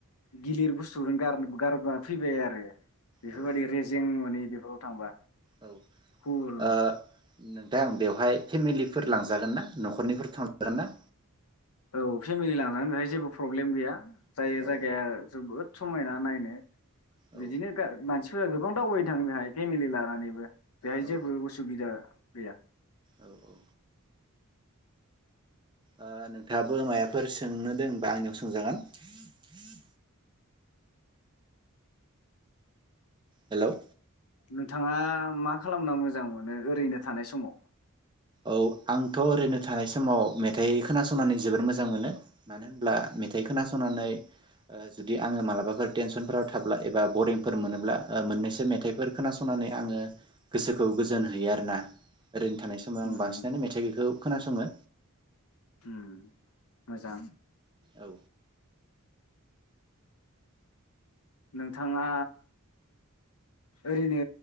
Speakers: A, on the left; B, on the right.
A: गिलिर बुस्थु गार- गारना फैबाय आरो बेफोरबायदि
B: औ
A: रेजें मोनो बेफोराव थांबा।
B: औ
A: खबर
B: ओ नोंथां बेवहाय फेमिलिफोर लांजागोन ना न'खरनिफोर थांजागोन ना?
A: औ फेमिलि लांजागोन बेहाय जेबो प्रब्लेम गैया। जाय
B: औ
A: जायगाया जोबोद समायना नायनो
B: औ
A: बिदिनो गा मानसि फोरा गोबां दावबायनो थाङो बेहाय फेमिलि लानानैबो बेहाय
B: औ
A: जेबो उसुबिदा गैया।
B: औ औ। ओ नोंथाङाबो माया फोर सोंनो दंबा आंनियाव सोंजागोन। <inaudible> हेल'
A: नोंथाङा मा खालामना मोजां मोनो ओरैनो थानाय समाव?
B: औ आंथ' ओरैनो थानाय समाव मेथाइ खोनासंनानै जोबोर मोजां मोनो मानो होनब्ला मेथाइ खोनासंनानै ओ जुदि आङो मालाबाफोर टेनसनफोराव थाब्ला एबा बरिंफोर मोनोब्ला मोननैसो मेथाइफोर खोनासंनानै आङो गोसोखौ गोजोन होयो आरोना ओरैनो थाना आं
A: उम
B: बांसिनानो
A: उम
B: मेथाइखौ खोनासङो।
A: ओम मोजां
B: औ
A: नोंथाङा ओरैनो